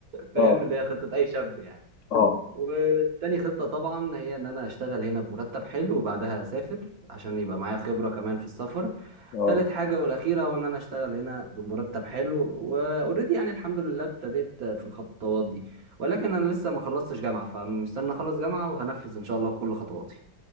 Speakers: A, on the right (about 55°); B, on the left (about 70°).
A: فاهم
B: اه
A: اللي هي خطه اي شاب يعني
B: اه
A: وتاني خطه طبعا هي ان انا اشتغل هنا بمرتب حلو وبعدها اسافر عشان يبقى معايا خبره كمان في السفر
B: اه
A: تالت حاجه والاخيره هو ان انا اشتغل هنا بمرتب حلو واوريدي يعني الحمد لله ابتديت في الخطوات دي ولكن انا لسه ما خلصتش جامعه فمستني اخلص جامعه وهنفذ ان شاء الله كل خطواتي